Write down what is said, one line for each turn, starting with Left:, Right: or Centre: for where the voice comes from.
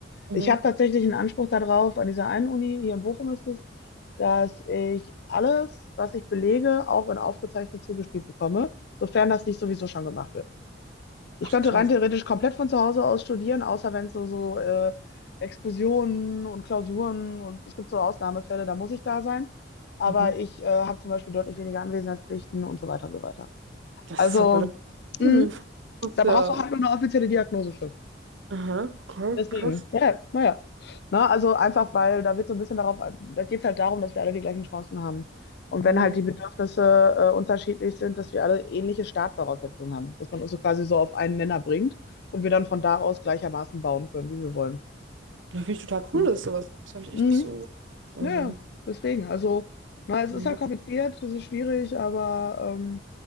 Right: Mhm.
Left: Ich habe tatsächlich einen Anspruch darauf, an dieser einen Uni, hier in Bochum ist es, dass ich alles, was ich belege, auch in aufgezeichnet zugespielt bekomme, sofern das nicht sowieso schon gemacht wird. Ich
Right: Ach,
Left: könnte
Right: krass.
Left: rein theoretisch komplett von zu Hause aus studieren, außer wenn es so, so äh, Exkursionen und Klausuren und es gibt so Ausnahmefälle, da muss ich da sein. Aber
Right: Mhm.
Left: ich äh, habe zum Beispiel deutlich weniger Anwesenheitspflichten und so weiter und so weiter.
Right: Das
Left: Also,
Right: ist ja verrückt. Mhm.
Left: mh,
Right: Das ist
Left: da brauchst
Right: ja.
Left: du halt nur eine offizielle Diagnose für.
Right: Aha, okay,
Left: Deswegen,
Right: krass.
Left: ja, naja. Na, also einfach, weil da wird so ein bisschen darauf, da geht es halt darum, dass wir alle die gleichen Chancen haben. Und wenn
Right: Mhm.
Left: halt die Bedürfnisse äh, unterschiedlich sind, dass wir alle ähnliche Startvoraussetzungen haben, dass man uns so quasi so auf einen Nenner bringt und wir dann von da aus gleichermaßen bauen können, wie wir wollen.
Right: Ja, finde ich total
Left: ne
Right: cool, das ist sowas. Das habe ich
Left: Mhm.
Right: echt nicht so. Also,
Left: Naja, deswegen. Also, na, es
Right: nee,
Left: ist
Right: Bock.
Left: halt kompliziert, es ist schwierig, aber ähm,